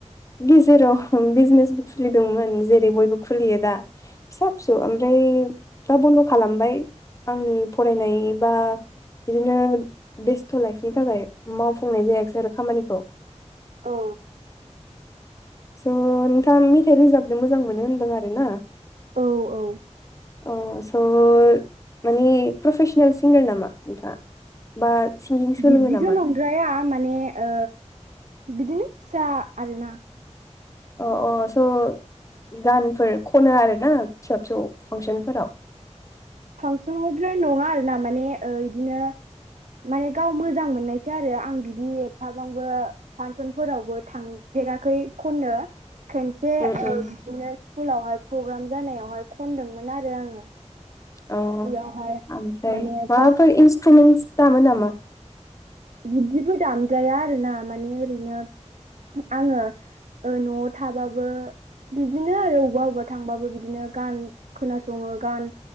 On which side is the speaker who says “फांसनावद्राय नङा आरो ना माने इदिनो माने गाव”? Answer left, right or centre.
Right